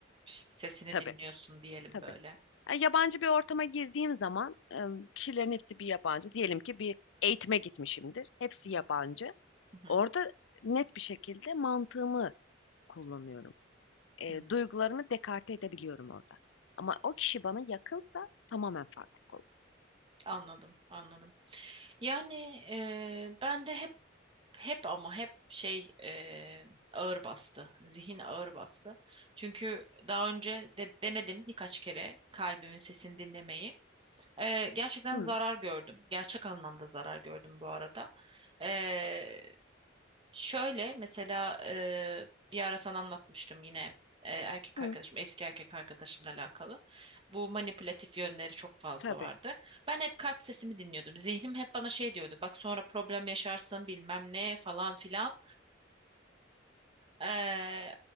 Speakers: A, on the right; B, on the left.
A: sesini
B: Tabii.
A: dinliyorsun diyelim
B: Tabii.
A: böyle.
B: Yani yabancı bir ortama girdiğim zaman e, kişilerin hepsi bir yabancı. Diyelim ki bir eğitime gitmişimdir. Hepsi
A: Hı
B: yabancı.
A: hı, hı
B: Orada
A: hı,
B: net bir şekilde mantığımı kullanıyorum. E,
A: hı.
B: duygularımı dekarte edebiliyorum orada. Ama o kişi bana yakınsa tamamen farklı olur.
A: Anladım, anladım. Yani ee, ben de hep Hep ama hep şey eee, ağır bastı. Zihin ağır bastı. Çünkü daha önce de, denedim birkaç kere kalbimin sesini dinlemeyi. Eee, gerçekten
B: Hı,
A: zarar gördüm. Gerçek anlamda zarar gördüm bu arada. Eee, şöyle mesela eee, bir ara sana anlatmıştım yine eee, erkek
B: hı,
A: arkadaşım, eski erkek arkadaşımla alakalı. Bu manipülatif yönleri çok fazla
B: tabii.
A: vardı. Ben hep kalp sesimi dinliyordum. Zihnim hep bana şey diyordu. Bak sonra problem yaşarsın bilmem ne falan filan. Ee,